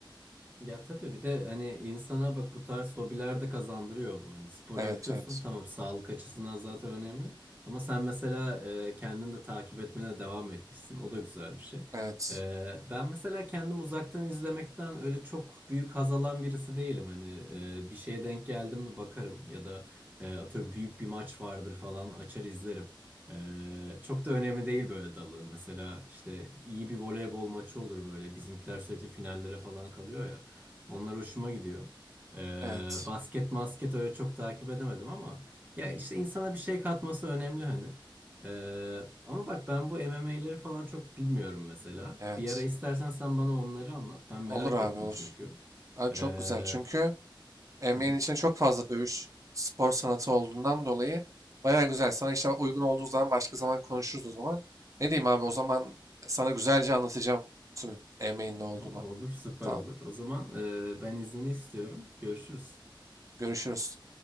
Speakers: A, on the right (about 20°); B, on the right (about 40°).
A: Ya tabii bir de hani insana bak bu tarz hobiler de kazandırıyor bu. Hani spor
B: Evet,
A: yapıyorsun
B: evet.
A: tamam sağlık açısından zaten önemli. Ama sen mesela e, kendini de takip etmene devam etmişsin. O da güzel bir şey.
B: Evet.
A: E, ben mesela kendim uzaktan izlemekten öyle çok büyük haz alan birisi değilim. Hani e, bir şeye denk geldim mi bakarım ya da e, atıyorum büyük bir maç vardır falan açar izlerim. Ee, çok da önemli değil böyle dalı. Mesela işte iyi bir voleybol maçı olur böyle. Bizimkiler sürekli finallere falan kalıyor ya. Onlar hoşuma gidiyor. Ee,
B: Evet.
A: basket masket öyle çok takip edemedim ama ya işte insana bir şey katması önemli hani. Ee, ama bak ben bu MMA'leri falan çok bilmiyorum mesela.
B: Evet.
A: Bir ara istersen sen bana onları anlat. Ben merak
B: Olur abi
A: ettim
B: olur.
A: çünkü.
B: Yani
A: Ee,
B: çok güzel. Çünkü NBA'nin
A: hı hı.
B: içinde çok fazla dövüş spor sanatı olduğundan dolayı baya güzel. Sana işte uygun olduğu zaman başka zaman konuşuruz o zaman. Ne diyeyim abi o zaman sana güzelce anlatacağım tüm NBA'nin ne olduğunu.
A: Olur, süper
B: Tamam.
A: olur. O zaman e, ben iznini istiyorum. Görüşürüz.
B: Görüşürüz.